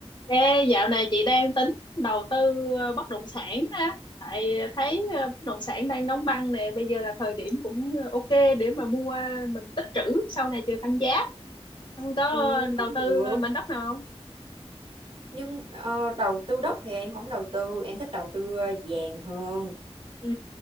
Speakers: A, on the left; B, on the right.
A: Ê, dạo này chị đang tính đầu tư ờ, bất động sản á, tại thấy ờ, bất động sản đang đóng băng nè, bây giờ là thời điểm cũng ờ, ok để mà mua mình tích trữ sau này chờ tăng giá. Không có
B: Ừ,
A: đầu
B: cũng
A: tư
B: được
A: mảnh đất nào không?
B: nhưng ờ, đầu tư đất thì em không đầu tư em thích đầu tư ờ, vàng hơn
A: Ừ,